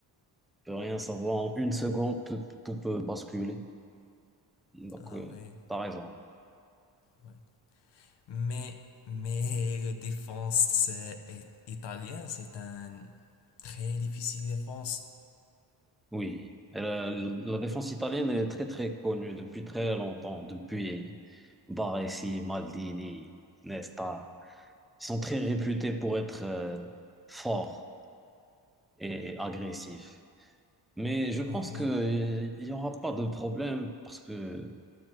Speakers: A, in the centre; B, on the left (about 85°).
A: on ne peut rien savoir. En une seconde, tout, tout peut basculer. Donc,
B: Ah
A: euh,
B: ouais,
A: par exemple,
B: ouais. Mais, mais le défense euh, i- italien, c'est un très difficile défense.
A: oui. Et la, la défense italienne est très, très connue depuis très longtemps, depuis Baresi, Maldini, Nesta. Ils sont très réputés pour être euh, forts et agressifs. Mais je pense
B: Ah oui,
A: qu'il n'y aura pas de problème parce que